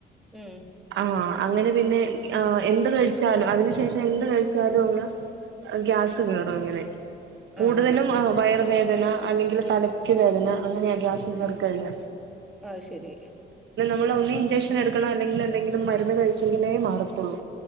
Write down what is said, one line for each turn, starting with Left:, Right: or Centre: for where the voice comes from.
Centre: ഉം
Right: ആ അങ്ങനെ പിന്നെ ആ എന്ത് കഴിച്ചാലും അതിന് ശേഷം എന്ത് കഴിച്ചാലും അങ്ങ് ഗ്യാസ് കയറും ഇങ്ങനെ കൂടുതലും
Centre: ആഹ്
Right: വയറ് വേദന അല്ലെങ്കില് തലക്ക് വേദന അങ്ങനെയാ ഗ്യാസ് കേറി കഴിഞ്ഞാൽ
Centre: അത് ശരി
Right: നമ്മള് ഒന്നേ ഇൻഞ്ചക്ഷൻ എടുക്കണം അല്ലെങ്കിൽ എന്തെങ്കിലും മരുന്ന് കഴിച്ചെങ്കിലേ മാറത്തുള്ളൂ